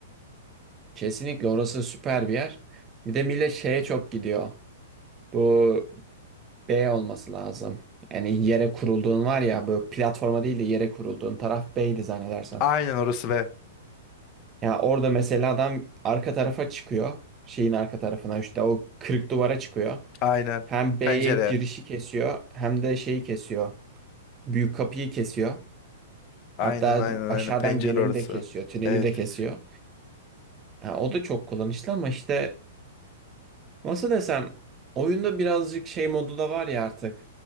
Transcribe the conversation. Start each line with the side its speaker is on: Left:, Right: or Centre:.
Right: Kesinlikle orası süper bir yer. Bir de millet şeye çok gidiyor. Bu B olması lazım. Yani yere kurulduğun var ya böyle platforma değil de yere kurulduğun taraf B'ydi zannedersen.
Left: Aynen orası ve
Right: Ya orada mesela adam arka tarafa çıkıyor. Şeyin arka tarafına işte o kırık duvara çıkıyor.
Left: aynen
Right: Hem
Left: pencere.
Right: B'ye girişi kesiyor hem de şeyi kesiyor. Büyük kapıyı kesiyor.
Left: Aynen
Right: Hatta
Left: aynen
Right: aşağıdan
Left: aynen pencere
Right: geleni
Left: orası.
Right: de kesiyor. Tüneli
Left: Evet.
Right: de kesiyor. Ya o da çok kullanışlı ama işte nasıl desem oyunda birazcık şey modu da var ya artık.